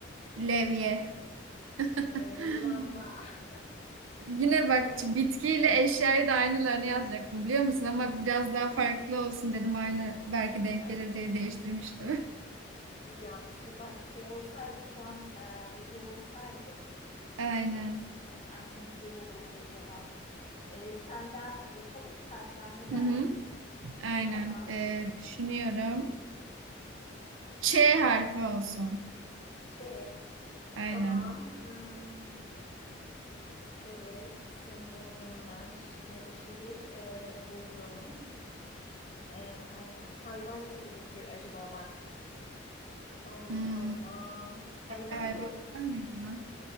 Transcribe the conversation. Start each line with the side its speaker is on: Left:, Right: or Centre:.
Right: Levye. <laughs>
Left: e, lamba. <laughs>
Right: Yine
Left: Ben
Right: bak
Left: de lamba.
Right: bitkiyle eşyayı da aynılarını yazacaktım biliyor musun? Ama biraz daha farklı olsun dedim. Aynı belki denk
Left: Ay
Right: gelir diye değiştirmiştim.
Left: iyi yapmışım. Bak şey olsaydı puan e, veriyor olsaydık
Right: <laughs> Aynen.
Left: çok s- aynen güzel olurdu o zaman. Ee, bir tane daha yapalım bir harf daha ne
Right: Hı
Left: dersin?
Right: hı. Aynen.
Left: Tamam.
Right: Ee, düşünüyorum. Ç harfi olsun.
Left: Ç.
Right: Aynen.
Left: Tamam. Hmm, evet isim buldum ben. Ş- e, şehir e, buldum. E, hay- hayvan ne olabilir acaba bak. Allah
Right: Hmm,
Left: Allah. Hayvan
Right: bir hayvan
Left: yok.
Right: var mı ya?